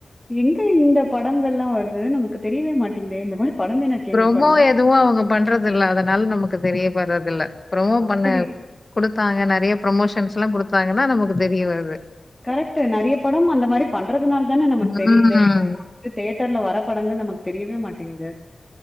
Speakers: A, in the centre; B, on the left.
A: எங்க இந்த படங்கெல்லா வருது நமக்கு தெரியவே மாட்டீங்குதே இந்த மாரி படமே நான் கேள்விப்படல.
B: ரொம்போ எதும் அவுங்க பண்றது இல்ல அதனால நமக்கு தெரியப்பறது இல்ல ப்ரமோ
A: அப்படியா?
B: பண்ண குடுத்தாங்க நெறைய ப்ரொமோஷன்ஸ் ல்லா குடுத்தாங்கன்னா நமக்கு தெரியவருது
A: கரெக்ட் நெறைய பட அந்த மாரி பண்றதுனால தானே நமக்கு
B: ம்
A: தெரியுது இதெல்லா தேட்டர்ல வர படங்கள் நமக்கு தெரியவே மாட்டேங்குது